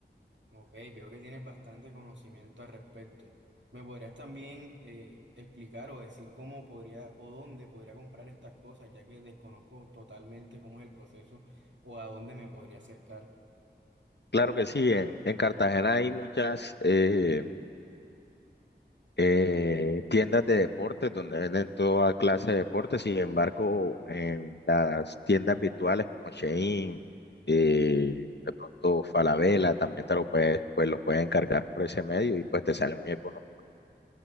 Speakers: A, on the right; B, on the left.
A: Ok, veo que tienes bastante conocimiento al respecto. ¿Me podrías también eh, explicar o decir cómo podría o dónde podría comprar estas cosas, ya que desconozco totalmente cómo es el proceso o a dónde me podría acercar?
B: Claro que sí, en, en Cartagena hay muchas eh, eh, tiendas de deportes donde venden toda clase de deportes, sin embargo, en las tiendas virtuales como Shein, eh, de pronto Falabella, también te lo puedes, pues lo puedes encargar por ese medio y pues te sale muy económico.